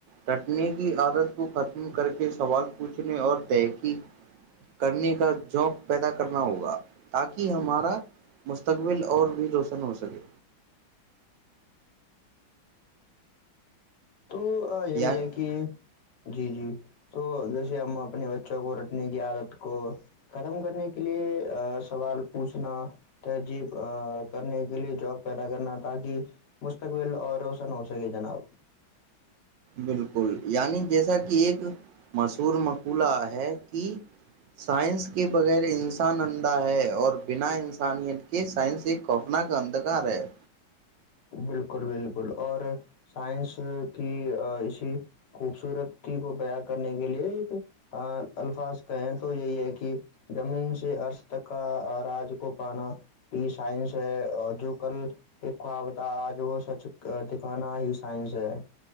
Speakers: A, on the right (about 70°); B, on the left (about 60°).
A: رٹنے کی عادت کو ختم کر کے سوال پوچھنے اور تحقیق کرنے کا جووک پیدا کرنا ہوگا تاکہ ہمارا مستقبل اور بھی روشن ہو سکے
B: تو یہی
A: یعنی
B: ہے کہ جی جی تو جیسے ہم اپنے بچوں کو اپنے کی عادت کو ختم کرنے کے لیے سوال پوچھنا تہذیب کرنے کے لیے جواب پیدا کرنا تاکہ مستقبل اور روشن ہو سکے جناب
A: بالکل یعنی جیسا کہ ایک مشہور مقولہ ہے کہ سائنس کے بغیر انسان اندھا ہے اور بنا انسانیت کے سائنس ایک خوفنا کا اندھکار ہے
B: بالکل بالکل اور سائنس کی اسی خوبصورتی کو بیاں کرنے کے لیے ایک الفاظ کہیں تو یہی ہے کہ زمین سے عرض تک کا راج کو پانا یہ سائنس ہے جو کل ایک خو آج وہ سچ دکھانا ہی سائنس ہے